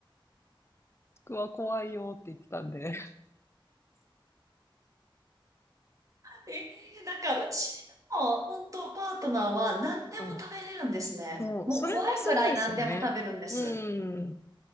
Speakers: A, on the left; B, on the right.
A: ちくわ怖いよって言ってたんで。
B: ええなんかうちの本当パートナーは何でも食べれるんですね。
A: うん。そう、
B: もう怖いぐらい何でも食べるんです。
A: それもすごいですよね。うん。